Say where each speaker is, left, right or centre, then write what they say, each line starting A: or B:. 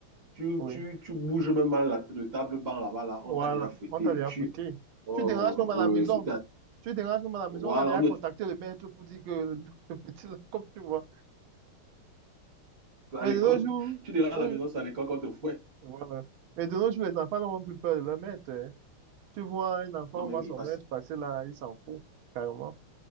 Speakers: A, on the right; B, on the right.
A: Tu,
B: oui.
A: tu, tu bouges même mal la, le table banc là-bas, là,
B: Voilà,
A: on t'a déjà fouetté.
B: on t'a bien
A: Tu,
B: fouetté.
A: Oh,
B: Tu déranges même à
A: oui,
B: la maison.
A: oui, c'était à...
B: Tu déranges même à la maison.
A: Voilà,
B: On a déjà
A: ou bien
B: contacté
A: tu-
B: le maître pour dire que le le petit, là, comme tu vois.
A: vas
B: Mais
A: à l'école.
B: de nos jours,
A: Tu diras
B: de
A: à la maison,
B: nos-
A: c'est à l'école qu'on te fouette.
B: voilà. Mais de nos jours, les enfants n'ont même plus peur de leur maître. hein. Tu vois un enfant,
A: Non, mais
B: on voit
A: oui,
B: son
A: parce
B: maître
A: que...
B: passer là, il s'en fout, carrément.